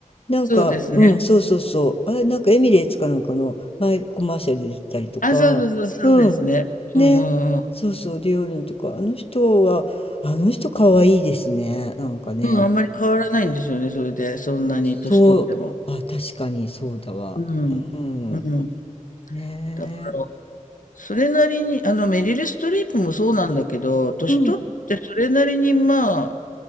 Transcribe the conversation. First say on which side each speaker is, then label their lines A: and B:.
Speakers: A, on the left; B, on the left.
A: なんか、
B: そうですね。
A: うん、そうそうそう。あれ、なんかエミレーツかなんかの前コマーシャルで出てたりとか、
B: あ、そうそうそう、そうですね。
A: うん。ね、
B: うんうんうん。
A: そうそう、ディオールのとか、あの人は、あの人かわいいですね。なんかね。
B: うん、あんまり変わらないんですよね、それで、そんなに年取っても。
A: そう、あ、確かにそうだわ。
B: うん。
A: うん。
B: うん。
A: ねえ。
B: だから、それなりに、あの、メリル・ストリープもそうなんだけど、年取ってそれなりに、
A: うん。
B: まあ、